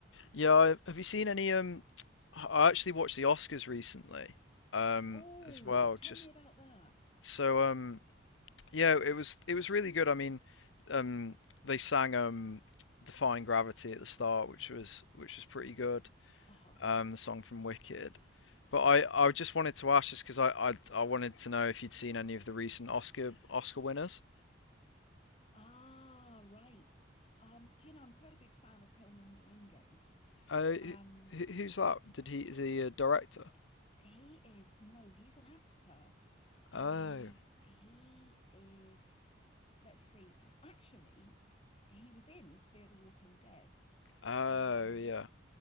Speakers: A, on the left; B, on the left.
A: yeah, I, have you seen any? Um, I actually watched the Oscars recently, um,
B: Oh,
A: as well.
B: tell
A: Just
B: me about that.
A: so um, yeah, it was it was really good. I mean, um, they sang um, "Defying Gravity" at the start, which was which was pretty good.
B: Uh-huh.
A: um, the song from Wicked. But
B: Yeah.
A: I, I just wanted to ask just because I, I I wanted to know if you'd seen any of the recent Oscar Oscar winners.
B: Ah, right. Um, do you know, I'm quite a big fan of Coleman Domingo,
A: Uh,
B: and
A: who, who's that? Did he is he a director?
B: he is, no, he's an actor.
A: Oh,
B: And he is, let's see, actually, he was in Fear the Walking Dead.
A: oh
B: Um,
A: yeah.